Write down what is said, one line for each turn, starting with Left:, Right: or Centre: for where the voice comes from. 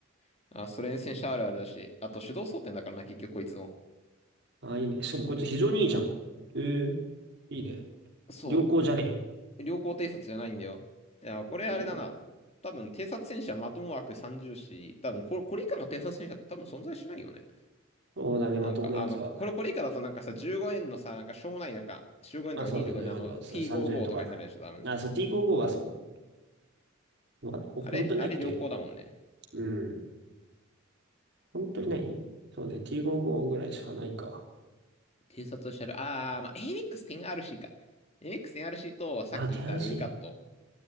Left: う。あ、ソ連戦車あるあるだし、
Right: 面白い
Left: あと手動装填だからな、結局こいつも。
Right: あ、いいね。しかもこいつ非常にいいじゃん。ええいいね。
Left: そ
Right: 良好じゃね
Left: う。良好偵察じゃないんだよ。いや、これあれだな。
Right: え。良好じゃない
Left: 多分、偵察戦車まとも枠30し、多分これ、これ以下の偵察戦車って多分存在しないよね。
Right: そうだね、
Left: なんか、
Right: まともなやつは。
Left: あの、これ、これ以下だとなんかさ、15円のさ、なんかしょうもないなんか、15円とか25円のあの、
Right: あ、そうだね、10円とか、
Left: T55
Right: 30円とか。
Left: とかになるでしょ、多分。
Right: あ、そう、T55 はそう。わほ本当にないっけ
Left: あれ、あれ良好だもんね。
Right: うん。本当にないそうね、T55 ぐらいしかないか。
Left: 偵察車両、あー、まあ、AMX10RC か。AMX10RC と、さっき言ったルイカット。
Right: あ、手荒しい。